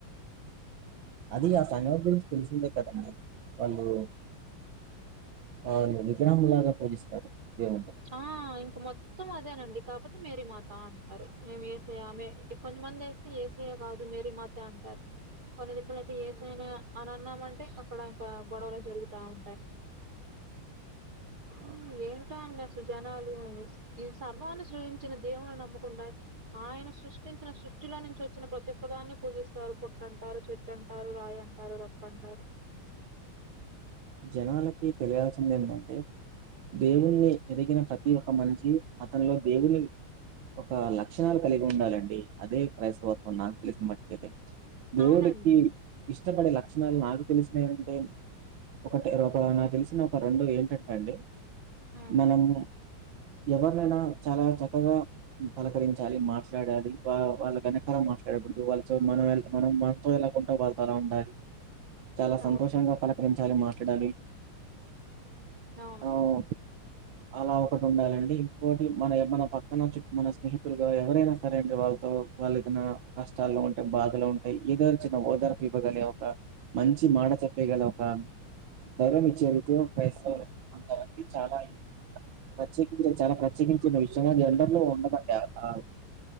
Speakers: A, on the right; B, on the right.
A: అది ఆ సంఘం గురించి తెలిసిందే కదండి వాళ్ళు అవును విగ్రహంలాగా పూజిస్తాను దేవున్నీ
B: ఆ ఇంక మొత్తం అదేనండి కాకపోతే మేరీ మాత అంటారు మేము యేసయ్య మే కొంతమంది అయి తే యేసయ్య కాదు మేరీ మాతా అంటారు కొన్ని దికులు అయితే ఏసైనా అని అన్నామంటే అక్కడ ఇంకా గొడవలు జరుగుతా ఉంటాయి
A: ఆ,
B: ఉ ఏంటో అండి అసలు జనాలు ఈ సర్వాన్ని సృయించిన దేవున్ని నమ్మకుండా ఆయన సృష్టించిన సృష్టిలో నుంచి వచ్చిన ప్రతి ఒక్కదాన్ని పూజిస్తారు పుట్ట అంటారు చెట్ అంటారు రాయ్ అంటారు రప్ప అంటారు
A: జనాలకి తెలియాల్సింది ఏంటంటే దేవుణ్ణి ఎదిగిన ప్రతి ఒక్క మనిషి అతనిలో దేవుని ఒక లక్షణాలు కలిగి ఉండాలండి అదే క్రైస్తవత్వం నాకు తెలిసిన మట్టుకైతే దేవుడికి
B: అవునండి
A: ఇష్టపడే లక్షణాలు నాకు తెలిసినయి అంటే ఒకటి ఒక నాకు తెలిసిన ఒక రెండు ఏంటంటే అండి
B: హ్మ్.
A: మనము ఎవరినైనా చాలా చక్కగా పలకరించాలి మాట్లాడాలి వా వాళ్ళ వెనకాల మాట్లాడకూడదు వాళ్ళ చే మనం వాళ్ళ మనం ఎలాకుంట వాళ్ళతో అలా ఉండాలి చాలా
B: అవునండి.
A: సంతోషంగా పలకరించాలి చాల మాట్లాడాలి
B: అవును
A: ఆహ్, అలా ఒకటి ఉండాలండి ఇంకోటి మన మన పక్కనచ్చి మన స్నేహితులుగా ఎవరైనా సరేండి వాళ్ళతో వాళ్ళు ఏదైనా కష్టాల ఉం టే బాధలో ఉంటాయి ఏదైనా చిన్న ఓదార్పు ఇవ్వగలి ఒక మంచి మాట చెప్పేయగలి ఒక గౌరవం ఇచ్చే <unintelligible> ఇది చాలా ప్రత్యేకించి చాలా ప్రత్యేకించిన విషయం అది అందరిలో ఉండదండి ఆ